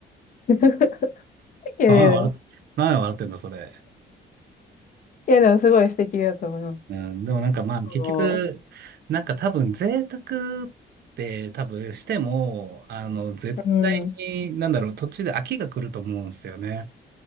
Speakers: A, on the left; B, on the right.
A: <laughs> いやいや、
B: あ、笑っ、
A: い
B: なんで笑ってんだ、それ。
A: やでもすごい素敵だと思います。
B: うん、でもなんかまあ、結局、
A: そ
B: なんか多分、贅沢って多分しても、あの、絶対に、
A: う。うん。
B: なんだろう、途中で飽きが来ると思うんですよね。